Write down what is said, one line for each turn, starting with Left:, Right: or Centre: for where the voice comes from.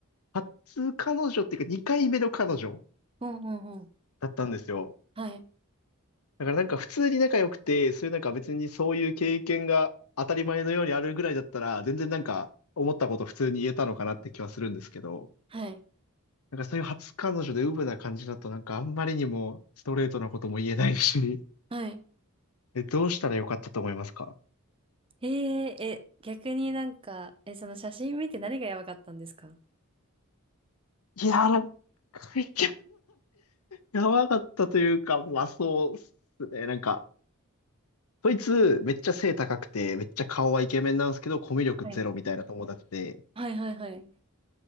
Left: 初彼女っていうか2回目の彼女
Right: うんうんうん。
Left: だったんですよ。
Right: はい。
Left: だからなんか普通に仲良くて、そういうなんか別にそういう経験が当たり前のようにあるぐらいだったら、全然なんか思ったこと普通に言えたのかなって気はするんですけど、
Right: はい。
Left: なんかそういう初彼女でウブな感じだとなんかあんまりにもストレートなことも言えないし、
Right: はい。
Left: え、どうしたらよかったと思いますか
Right: えー、え、逆になんか、え、その写真見て何がやばかったんですか
Left: いやー、なんか、<laughs> いややばかったというか、まあそうっすね。なんか、そいつめっちゃ背高くて、めっちゃ顔はイケメンなんですけど、コミュ力ゼロみたいな友達で、
Right: はい。はいはいはい。